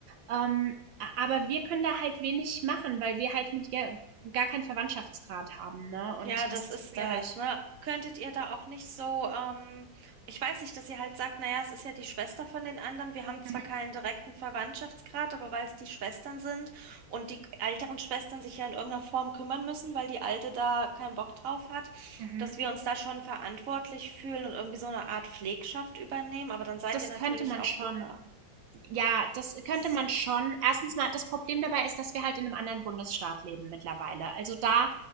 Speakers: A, on the right; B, on the right.
A: Ähm, aber wir können da halt wenig machen, weil wir halt mit ihr gar keinen Verwandtschaftsgrad haben, ne? Und
B: Ja, das
A: das ist
B: ist
A: schwierig.
B: das, ne? Könntet ihr da auch nicht so, ähm, ich weiß nicht, dass ihr halt sagt, naja, es ist ja die Schwester von den anderen. Wir haben zwar
A: Mhm.
B: keinen direkten Verwandtschaftsgrad, aber weil es die Schwestern sind und die älteren Schwestern sich ja in irgendeiner Form kümmern müssen, weil die Alte da keinen Bock drauf hat,
A: Mhm.
B: dass wir uns da schon verantwortlich fühlen und irgendwie so eine Art Pflegschaft übernehmen. Aber dann seid
A: Das
B: ihr natürlich
A: könnte man
B: auch
A: schon.
B: wieder.
A: Ja, das könnte
B: Das,
A: man schon. Erstens mal, das Problem dabei ist, dass wir halt in einem anderen Bundesstaat leben mittlerweile. Also, da